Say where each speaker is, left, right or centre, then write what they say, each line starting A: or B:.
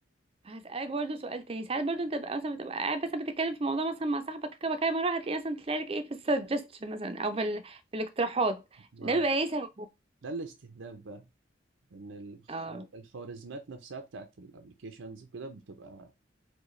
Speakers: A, on the right (about 30°); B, on the right (about 80°).
A: هسألك برضو سؤال تاني ساعات برضو انت بتبقى مثلا بتبقى قاعد مثلا بتتكلم في موضوع مثلا مع صاحبك كده كده مرة هتلاقي مثلا تلاقي لك ايه في السجستشن مثلا او في, ال... في الاقتراحات
B: ما
A: ده بيبقى ايه سببه
B: ده الاستهداف بقى ان الخ-
A: اه
B: الخوارزمات نفسها بتاعت الابلكيشنز وكده بتبقى